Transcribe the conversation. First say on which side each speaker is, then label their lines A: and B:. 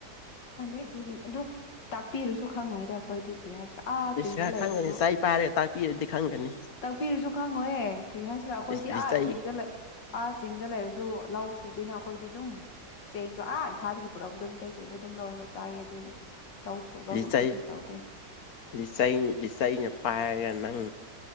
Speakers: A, on the left; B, on the left.
A: ꯈꯪꯗꯦ ꯑꯗꯨꯒꯤꯅꯤ ꯑꯗꯨ ꯇꯥꯛꯄꯤꯔꯁꯨ ꯈꯪꯉꯣꯏꯗ ꯑꯩꯈꯣꯏꯗꯤ ꯀꯔꯤ ꯍꯥꯏꯁꯤꯔꯥ ꯑꯥ ꯆꯤꯡꯗ
B: ꯏꯁ
A: ꯂꯩꯔꯁꯨ
B: ꯈꯪꯒꯅꯤ ꯆꯩ ꯄꯥꯏꯔꯒ ꯇꯥꯛꯄꯤꯔꯗꯤ ꯈꯪꯒꯅꯤ꯫
A: ꯇꯥꯛꯄꯤꯔꯁꯨ ꯈꯪꯉꯣꯢꯌ‌ꯦ ꯀꯔꯤ ꯍꯥꯏꯁꯤꯔ ꯑꯈꯣꯏꯗꯤ
B: ꯏꯁ ꯂꯤꯆꯩ
A: ꯑꯥ ꯆꯤꯡꯗ ꯂꯩ꯫ ꯑꯥ ꯆꯤꯡꯗ ꯂꯩꯔꯁꯨ ꯂꯧ ꯁꯨꯗꯦꯅ ꯑꯈꯣꯏꯗꯤ ꯑꯗꯨꯝ ꯆꯦꯡꯗꯣ ꯑꯥ ꯏꯝꯐꯥꯜꯗꯒꯤ ꯄꯨꯔꯛꯄꯗꯣ ꯃꯤꯇꯩꯩ ꯆꯦꯡꯗꯣ꯫ ꯑꯗꯨꯝ ꯂꯧꯔꯒ ꯆꯥꯏꯌꯦ ꯑꯗꯨꯒꯤ ꯂꯧ ꯁꯨꯕꯒꯨꯝꯕꯗꯨ
B: ꯂꯤꯆꯩ
A: ꯇꯧꯗꯦ꯫
B: ꯂꯤꯆꯩ ꯂꯤꯆꯩꯅ ꯄꯥꯏꯔꯒ ꯅꯪ꯫